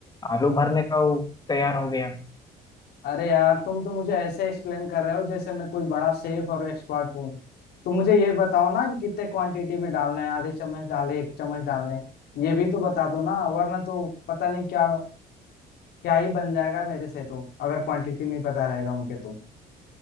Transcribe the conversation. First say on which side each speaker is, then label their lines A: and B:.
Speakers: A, on the left (about 25°); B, on the left (about 70°).
A: आलू भरने का वो तैयार हो गया
B: अरे यार तुम तो मुझे ऐसे एक्सप्लेन कर रहे हो जैसे मैं कोई बड़ा शेफ और एक्सपर्ट हूँ तो मुझे ये बताओ ना कि कितने क्वांटिटी में डालना है आधे चम्मच डाले एक चम्मच डालने ये भी तो बता दो ना वरना तो पता नहीं क्या क्या ही बन जाएगा मेरे से तो अगर क्वांटिटी नहीं पता रहेगा उनके तो